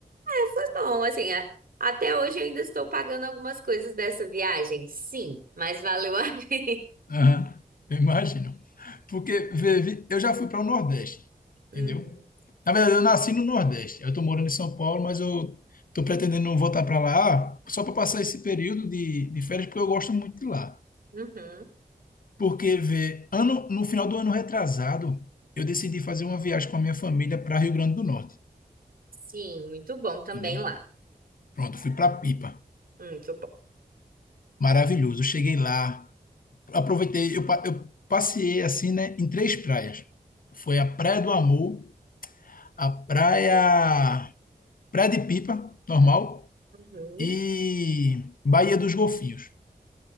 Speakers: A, on the right; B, on the left.
A: É, foi bom, assim. a- Até hoje eu ainda estou pagando algumas coisas dessa viagem, sim, mas valeu a <laughs> pena.
B: Aham. Eu imagino. Porque vê, vi- eu já fui para o Nordeste,
A: Uhum,
B: entendeu? Na verdade, eu nasci no Nordeste. Eu tô morando em São Paulo, mas eu tô pretendendo voltar para lá só para passar esse período de, de férias, porque eu gosto muito de lá.
A: uhum.
B: Porque vê, ano, no final do ano retrasado, eu decidi fazer uma viagem com a minha família para Rio Grande do Norte,
A: Sim, muito bom também
B: entendeu?
A: lá.
B: Pronto, fui para Pipa.
A: Muito bom.
B: Maravilhoso. Eu Cheguei lá, aproveitei, eu, pa- eu passeei assim, né, em três praias. Foi a Praia do Amor, a praia, praia de Pipa, normal,
A: Uhum.
B: e Baía dos Golfinhos.